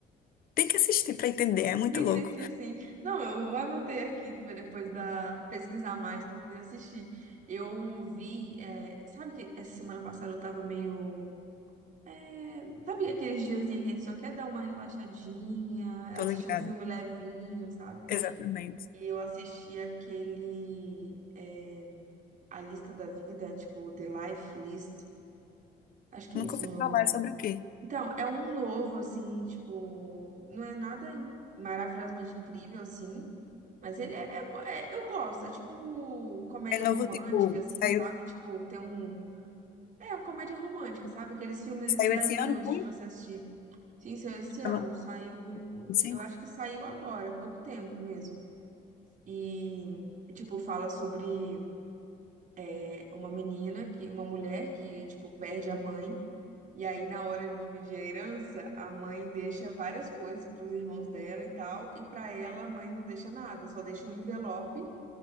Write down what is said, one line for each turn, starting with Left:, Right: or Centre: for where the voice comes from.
Left: Tem que assistir pra entender, é muito
Right: Sim,
Left: louco.
Right: sim, sim, sim. Não, eu anotei aqui pra depois da pesquisar mais para poder assistir. Eu vi, é, sabe que essa semana passada eu tava meio, é, sabe aqueles diazinhos que a gente só quer dar uma relaxadinha,
Left: Tô
Right: assistir
Left: ligada.
Right: um filme levinho, sabe?
Left: Exatamente.
Right: E eu assisti aquele é, A Lista da Vida, tipo The Life List. Acho que
Left: Nunca
Right: é isso
Left: ouvi
Right: o nome.
Left: falar sobre o quê?
Right: Então, é um novo assim, tipo, não é nada in- maravilhosamente incrível assim, Mas ele é, é é- eu gosto, é tipo comédia
Left: É novo,
Right: romântica,
Left: tipo,
Right: assim,
Left: saiu,
Right: sabe? Tipo, tem um. É, uma comédia romântica, sabe? Aqueles filmes
Left: saiu
Right: levinhos
Left: esse ano, foi?
Right: de você assistir. Sim, saiu esse ano,
Left: Ela-
Right: saiu.
Left: Cinco?
Right: Eu acho que saiu agora, há pouco tempo mesmo. E, tipo, fala sobre é, uma menina, que, uma mulher que, tipo, perde a mãe. E aí, na hora de dividir a herança, a mãe deixa várias coisas para os irmãos dela e tal, e para ela, a mãe não deixa nada, só deixa um envelope